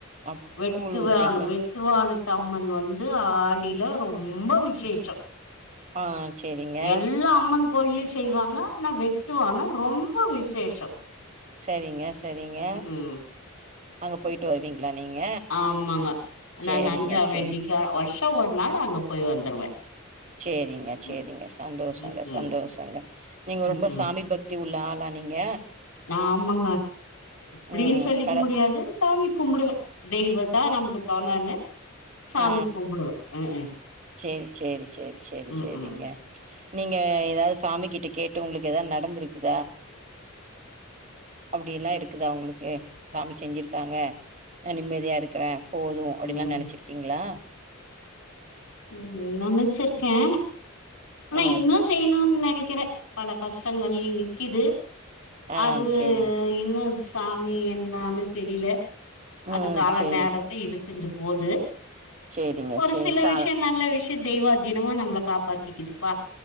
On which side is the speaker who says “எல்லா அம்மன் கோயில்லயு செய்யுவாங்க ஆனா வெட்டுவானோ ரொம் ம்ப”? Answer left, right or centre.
Left